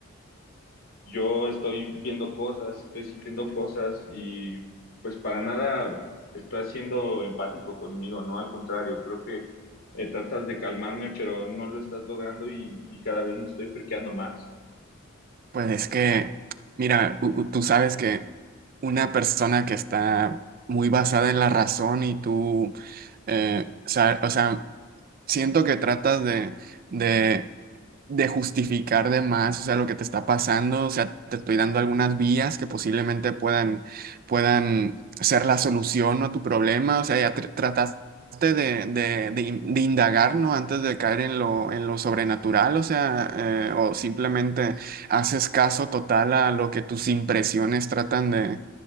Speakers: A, on the left; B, on the right.
A: yo estoy viendo cosas, estoy sintiendo cosas y pues para nada estás siendo empático conmigo, ¿no? Al contrario, creo que eh, tratas de calmarme, pero no lo estás logrando y, y cada vez me estoy friqueando más.
B: pues es que, mira, u- u- tú sabes que una persona que está muy basada en la razón y tú... O sea, o sea, Siento que tratas de, de, de justificar de más, o sea, lo que te está pasando, o sea, te estoy dando algunas vías que posiblemente puedan, puedan ser la solución a tu problema, o sea, ya tr- trataste de, de, de in- de indagar, ¿no? Antes de caer en lo, en lo sobrenatural, o sea, eh, o simplemente haces caso total a lo que tus impresiones tratan de,